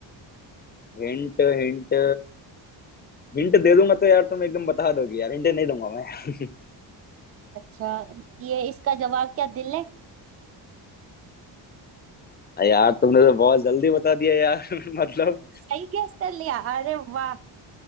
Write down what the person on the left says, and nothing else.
हिंट हिंट हिंट दे दूंगा तो यार तुम एकदम बता दोगे यार हिंट नहीं दूंगा मैं हाँ,
यार तुमने तो बहुत जल्दी बता दिया यार <laughs> मतलब